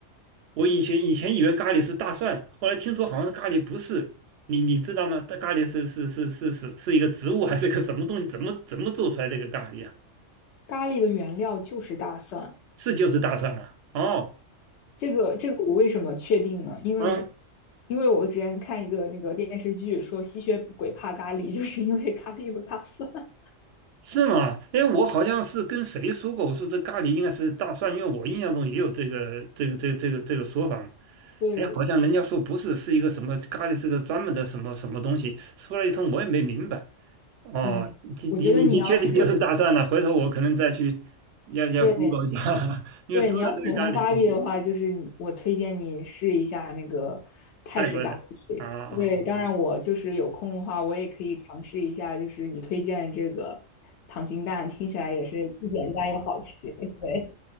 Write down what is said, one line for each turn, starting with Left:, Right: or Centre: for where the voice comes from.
Right: 我以前以前以为咖喱是大蒜，后来听说好像咖喱不是，你你知道吗？它咖喱是是是是是是一个植物还是个什么东西？怎么怎么做出来这个咖喱啊？
Left: 咖喱的原料就是大蒜，
Right: 是就是大蒜啊？哦，
Left: 这个这个我为什么确定呢？因为
Right: 啊。
Left: 因为我之前看一个那个电视剧说吸血鬼怕咖喱，<laughs> 就是因为咖喱有大蒜。<laughs>
Right: 是吗？哎，我好像是跟谁说过，我说这咖喱应该是大蒜，因为我印象中也有这个这个这个这个这个说法嘛。
Left: 对，
Right: 哎，好像人家说不是，是一个什么咖喱，是个专门的什么什么东西。说了一通，我也没明白。哦，
Left: 嗯，
Right: 你你你你确定就是大蒜了？
Left: 我觉得你要是
Right: 回头我可能再去要要
Left: 对
Right: Google 一下，<laughs> 因为说了这个咖喱，
Left: 对你要喜欢咖喱的话，
Right: 嗯，
Left: 就是你我推荐你试一下那个泰式咖喱。
Right: 泰国的啊啊啊。
Left: 对，当然我就是有空的话，我也可以尝试一下，就是你推荐这个糖心蛋，听起来也是既简单又好吃。<laughs> 对，